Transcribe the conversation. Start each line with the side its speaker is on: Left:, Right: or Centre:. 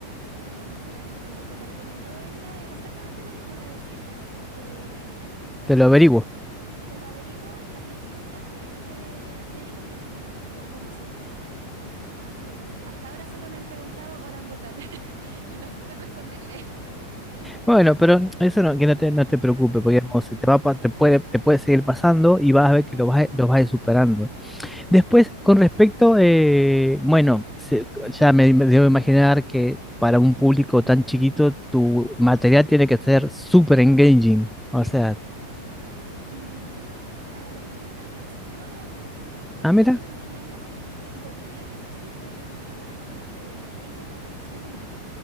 Right: Entonces, lo que me recomendó ella era exactamente lo mismo de decir eh,
Centre: te lo
Right: mira,
Centre: averiguo.
Right: te lo averiguo la próxima clase, eh, te digo qué significa o cómo se dice. Y hasta ahora solo me han preguntado orangután <laughs> y no supe responderle.
Centre: Bueno, pero eso no, que no te, no te preocupes, porque digamos, se te va, a pa- te puede, te puede seguir pasando y vas a ver
Right: Claro.
Centre: que lo vas, a- lo vas a ir superando. Después, con respecto, eh, bueno, se- ya me, me debo imaginar que para un público tan chiquito tu material tiene que ser super engaging. O sea,
Right: Mm, para los 10 años, no realmente. Cuando
Centre: ah, mira,
Right: ya tienen 10 años, lo que yo necesito es que ellos eh, mantengan la atención en mí.